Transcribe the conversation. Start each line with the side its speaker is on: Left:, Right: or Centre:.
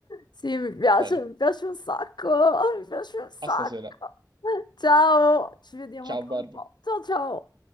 Left: Sì, mi piace,
Right: Bene,
Left: mi piace un sacco, mi piace un sacco.
Right: a stasera.
Left: Ciao, ci vediamo
Right: Ciao
Left: tra
Right: Barb.
Left: un po'. Ciao ciao.